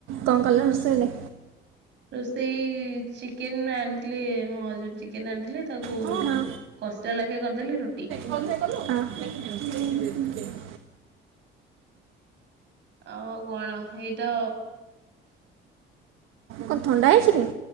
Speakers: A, on the right (about 80°); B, on the right (about 60°).
A: କଣ କଲ ରୋଷେଇ ରେ।
B: ରୋଷେଇ ଚିକେନ ଆଣିଥିଲେ ମୋର ହଜ୍ ବ୍ୟାଣ୍ଡ ଚିକେନ ଆଣିଥିଲେ ତାକୁ
A: ହଁ ହଁ
B: କଷିଲା ଲାଖେ କରିଦେଲି ରୁଟି।
A: <inaudible>
B: ଆଉ କଣ ହେଇତ।
A: କଣ ଥଣ୍ଡା ହେଇଛି କି।